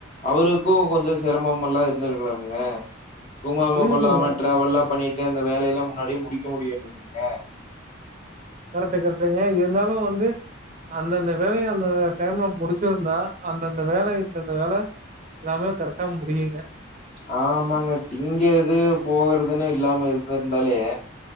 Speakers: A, on the left (about 35°); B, on the right (about 40°).
A: அவருக்கு கொஞ்சோ சிரமம் எல்லா இருந்திருக்கலாமாங்க தூங்காம
B: புரியுதுங்க
A: கொல்லாம டிராவல்லா பண்ணிட்டு அந்த வேலை எல்லா முன்னாடியே முடிக்க முடியணும் மில்லங்க
B: கரெட்டு கரெக்டுங்க இருந்தாலு வந்து அந்தந்த வேலைய அந்தந்த டைம்ல முடிச்சிருந்தா அந்தந்த வேலை இந்தந்த வேலை எல்லாமே கரெக்டா முடியுங்க
A: ஆமாங்க திங்கெது போகுறதுன்னு இல்லாம இருந்துருந்தாலே